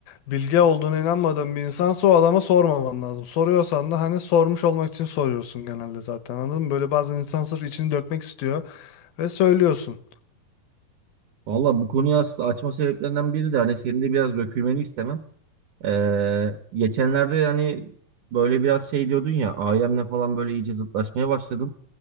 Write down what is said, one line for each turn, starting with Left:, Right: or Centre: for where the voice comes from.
Left: bilge olduğuna inanmadığın bir insansa o adama sormaman lazım. Soruyorsan da hani sormuş olmak için soruyorsun genelde zaten anladın mı? Böyle bazen insan sırf içini dökmek istiyor ve söylüyorsun.
Right: Valla bu konuyu aslında açma sebeplerinden biri de hani senin de biraz dökülmeni istemem. Ee, geçenlerde hani böyle biraz şey diyordun ya ailemle falan böyle iyice zıtlaşmaya başladım.